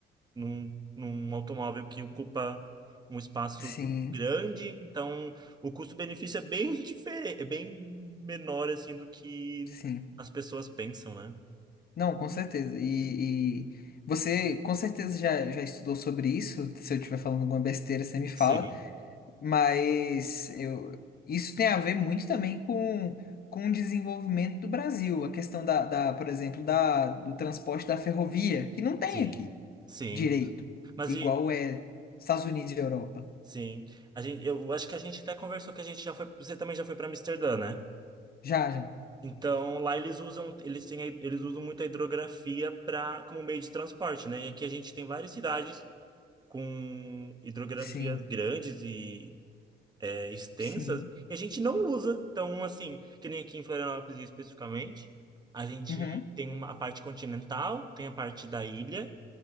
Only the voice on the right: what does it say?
num, num automóvel que ocupa um espaço
grande, então o custo-benefício é bem <laughs> diferente, é bem menor, assim, do que
as pessoas pensam, né?
Sim,
sim,
sim.
Mas
e,
sim, a gente, eu acho que a gente até conversou que a gente já foi, você também já foi para Amsterdã, né?
Então, lá eles usam, eles têm, a- eles usam muito a hidrografia para como meio de transporte, né? E aqui a gente tem várias cidades com hidrografias
grandes e é, extensas,
e a gente não usa. Então, assim, que nem aqui em Florianópolis especificamente, a gente
tem uma, a parte continental, tem a parte da ilha,